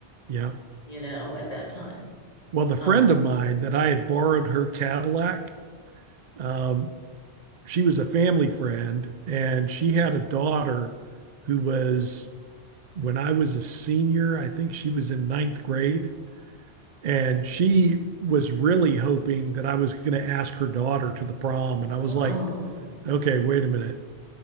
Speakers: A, on the right; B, on the left.
A: yeah.
B: you know, at that time.
A: Well, the friend
B: Um,
A: of mine that I had borrowed her Cadillac, um, she was a family friend, and she had a daughter who was when I was a senior. I think she was in ninth grade, and she was really hoping that I was going to ask her daughter to the prom. And I was
B: oh,
A: like, okay, wait a minute.